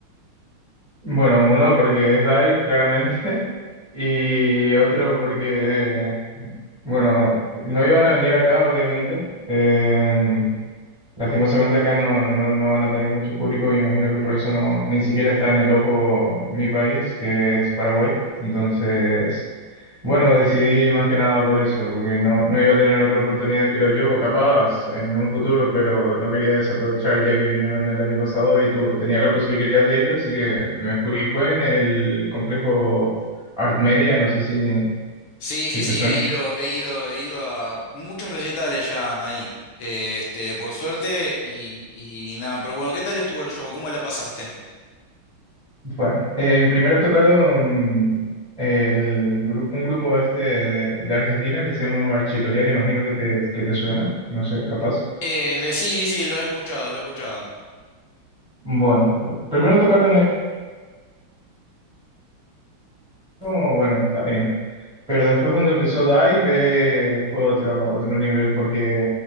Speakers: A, on the right; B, on the left.
A: Bueno, uno porque es Dive, claramente, <laughs> y otro porque, bueno, no iban a venir acá, obviamente. Eh, Lastimosamente acá no, no, no van a tener mucho público, me imagino que por eso no, ni siquiera está en el ojo mi país, que es Paraguay. Entonces, bueno, decidí más que nada por eso, porque no, no iba a tener otra oportunidad, creo yo, o capaz en un futuro, pero no quería desaprovechar ya que vinieron el año pasado y tu, tenía la posibilidad de ir, así que me fui. Fue en el complejo Art Media, no sé si,
B: Sí,
A: si
B: sí,
A: te
B: sí,
A: suena.
B: he ido, he ido, he ido a muchos recitales ya ahí, eh, este, por suerte y, y nada, pero bueno, ¿qué tal estuvo el show? ¿Cómo la pasaste?
A: Fue. En primero tocaron el gru- un grupo este de, de Argentina que se llama Marchitoria, le imagino que te, que te suena, no sé, capaz.
B: Eh, de- sí, sí, sí, lo he escuchado, lo he escuchado.
A: Bueno, primero tocaron eso como, bueno, está bien. Pero después cuando empezó Dive eh, fue otro, otro nivel porque